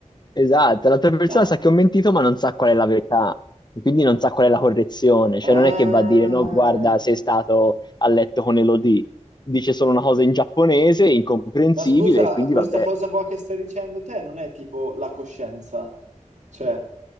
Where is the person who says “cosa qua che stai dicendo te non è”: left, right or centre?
Right